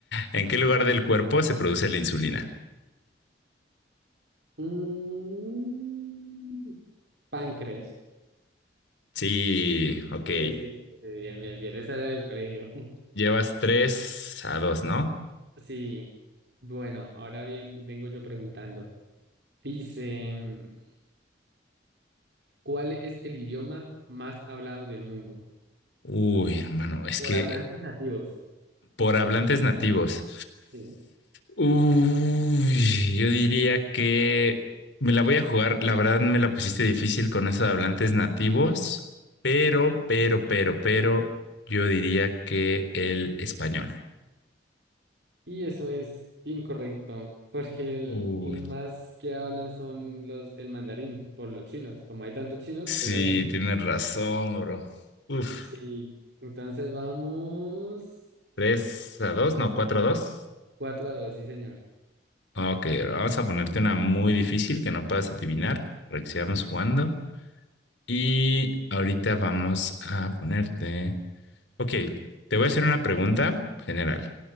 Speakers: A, on the left (about 80°); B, on the right (about 70°).
A: ¿En qué lugar del cuerpo se produce la insulina?
B: Mm, páncreas.
A: Sí, ok.
B: Sí, sí, sí, sí, bien, bien, bien. Esa era del colegio. <laughs>
A: Llevas tres a dos, ¿no?
B: Sí. Bueno, ahora bien, vengo yo preguntando. Dice, mm, ¿cuál es el idioma más hablado del mundo?
A: Uy, hermano, es
B: Por
A: que
B: hablantes nativos.
A: por hablantes nativos.
B: Sí.
A: Uy, yo diría que me la voy a jugar. La verdad me la pusiste difícil con esos hablantes nativos, pero, pero, pero, pero, yo diría que el español.
B: Y eso es incorrecto, <laughs> porque el,
A: Uy.
B: el más que hablan son los, el mandarín, por los chinos. Como hay tantos chinos,
A: Sí,
B: pues hay... mu-
A: tienes razón, bro. Uf,
B: Sí. Entonces vamos...
A: 3 a 2, no, 4 a 2.
B: cuatro a dos sí, señor.
A: Ok, bro, vamos a ponerte una muy difícil que no puedas adivinar para que sigamos jugando. Y ahorita vamos a ponerte... Ok, te voy a hacer una pregunta general.